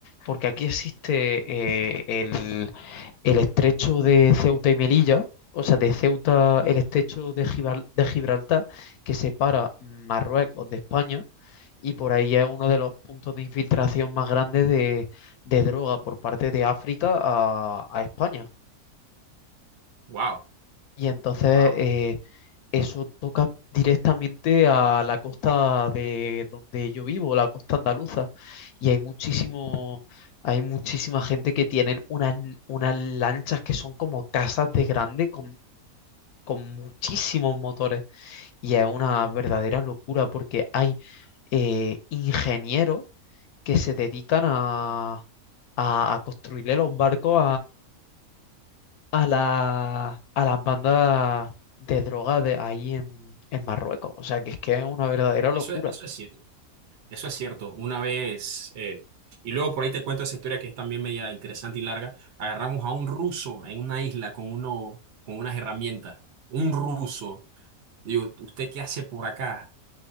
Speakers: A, on the left; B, on the right.
A: porque aquí existe eh, el, el estrecho de Ceuta y Melilla, o sea, de Ceuta, el estrecho de Gibral- de Gibraltar, que separa Marruecos de España, y por ahí es uno de los puntos de infiltración más grandes de, de droga por parte de África a a España.
B: Wow,
A: Y entonces
B: wow.
A: eh, eso toca directamente a la costa de donde yo vivo, la costa andaluza. Y hay muchísimo, hay muchísima gente que tienen unas, unas lanchas que son como casas de grande con, con muchísimos motores. Y es una verdadera locura porque hay eh, ingenieros que se dedican a, a, a construirle los barcos a la, a las bandas de droga de ahí en, en Marruecos. O sea, que es que es una verdadera locura.
B: Eso es, eso es cierto. Eso es cierto. Una vez, eh, y luego por ahí te cuento esa historia que es también media interesante y larga. Agarramos a un ruso en una isla con uno, con unas herramientas. Un ruso. Digo, ¿usted qué hace por acá?